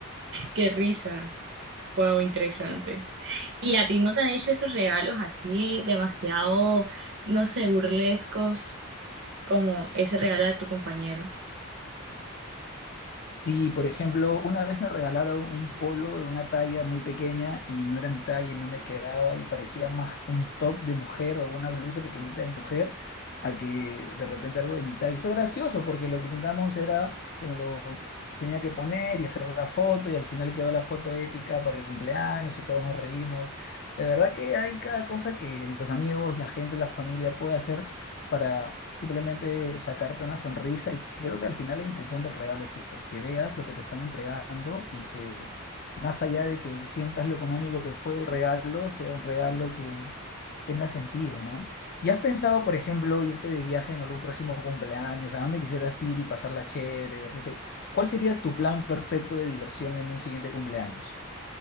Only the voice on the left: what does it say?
Y, por ejemplo, una vez me regalaron un polo de una talla muy pequeña y no era mi talla y no me quedaba y parecía más un top de mujer o una blusa pequeñita de mujer a que de repente algo de mi talla. Y fue gracioso porque lo que intentamos era que me lo tenía que poner y hacer la foto y al final quedó la foto épica para el cumpleaños y todos nos reímos. De verdad que hay cada cosa que los amigos, la gente, la familia puede hacer para simplemente sacarte una sonrisa. Y creo que al final la intención del regalo es eso, que veas lo que te están entregando y que más allá de que sientas lo económico que fue el regalo, sea un regalo que tenga sentido, ¿no? ¿Y has pensado, por ejemplo, irte de viaje en algún próximo cumpleaños? ¿A dónde quisieras ir y pasarla chévere, divertirte? ¿Cuál sería tu plan perfecto de diversión en un siguiente cumpleaños?